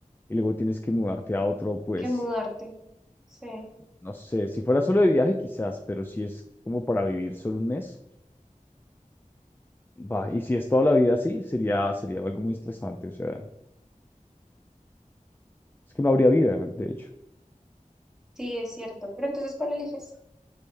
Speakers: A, on the left; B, in the centre.
A: y luego tienes que mudarte a otro, pues,
B: Que mudarte. Sí,
A: no sé, si fuera solo de viaje quizás, pero si es como para vivir solo un mes. Va, y si es toda la vida así, sería, sería algo muy estresante, o sea, es que no habría vida, de hecho.
B: sí, es cierto. Pero entonces, ¿cuál eliges?